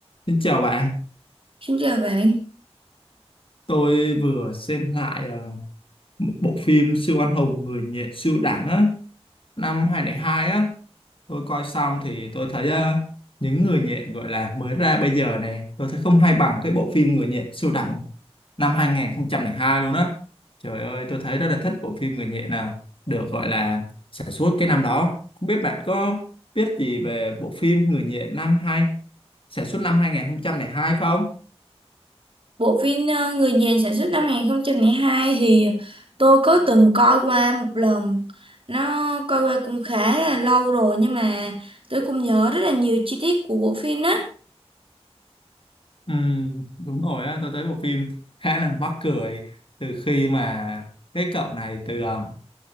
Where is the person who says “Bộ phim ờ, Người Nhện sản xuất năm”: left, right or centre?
Right